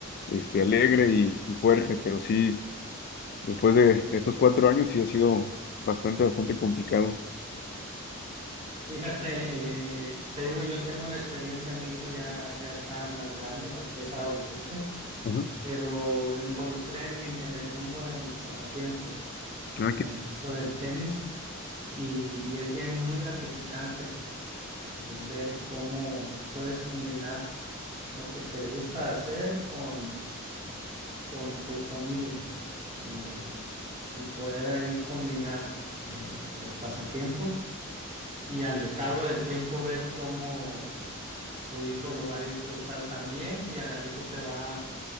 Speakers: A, on the left; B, on the right.
A: este, alegre y, y fuerte, pero sí, después de estos cuatro años sí ha sido bastante, bastante complicado.
B: Fíjate, eh, eh, eh, te digo, yo tengo la experiencia, mi hijo ya, ya está más grande, ya es adolescente.
A: Ujú.
B: pero lo involucré en, mi- en el mundo de mis pasatiempos,
A: Ah,
B: en
A: qué-
B: el caso del tenis, y, y es bien muy gratificante el ver cómo puedes combinar lo que te gusta hacer con, con tu familia eh, y poder ahí combinar eh, los pasatiempos y al cabo del tiempo ver cómo tu hijo lo va a disfrutar también y al ratito te va,